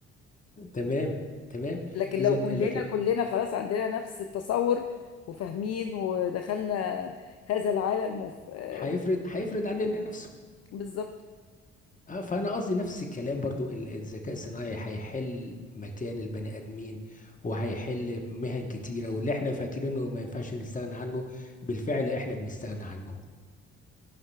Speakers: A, on the left (about 25°); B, on the left (about 50°).
A: تمام تمام
B: لكن
A: اذا
B: لو
A: لكن
B: كلنا كلنا خلاص عندنا نفس التصور وفاهمين ودخلنا هذا العالم وف... آه،
A: هيفرض هيفرض علينا نفسه
B: بالظبط
A: اه فانا قصدي نفس الكلام برضو ال- الذكاء الصناعي هيحل مكان البني ادمين وهيحل مهن كتيره واللي احنا فاكرينه ما ينفعش نستغنى عنه بالفعل احنا بنستغنى عنه